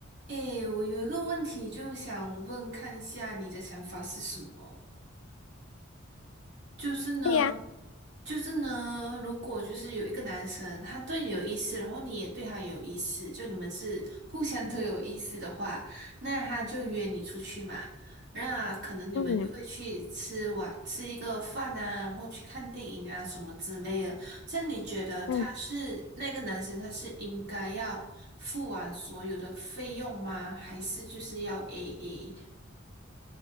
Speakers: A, on the right; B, on the left.
A: 诶，我有一个问题，就想问看一下你的想法是什么？就是呢，
B: 对呀，
A: 就是呢，如果就是有一个男生他对你有意思，然后你也对他有意思，就你们是互相都有意思的话，那他就约你出去嘛。那可能你们就会去吃晚吃一个饭啊，
B: 嗯
A: 然后去看电影啊什么之类的。像你觉得他是那个男生，
B: 嗯，
A: 他是应该要付完所有的费用吗？还是就是要 AA？